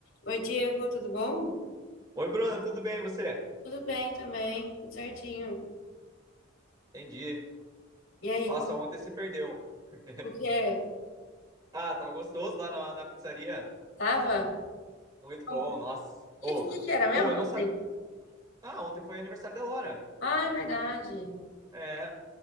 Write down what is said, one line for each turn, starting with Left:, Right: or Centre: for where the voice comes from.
Left: Oi, Diego, tudo bom?
Right: Oi, Bruna, tudo bem e você?
Left: Tudo bem também, tudo certinho.
Right: Entendi.
Left: E aí,
Right: Nossa,
Left: como,
Right: ontem você perdeu. <laughs>
Left: o que é?
Right: Ah, tava gostoso lá na, na pizzaria.
Left: Tava?
Right: Muito bom,
Left: O
Right: nossa.
Left: que,
Right: Ou,
Left: que que era mesmo
Right: ou eu não
Left: ontem?
Right: sabia. Ah, ontem foi aniversário da Elora.
Left: Ah, é verdade.
Right: É.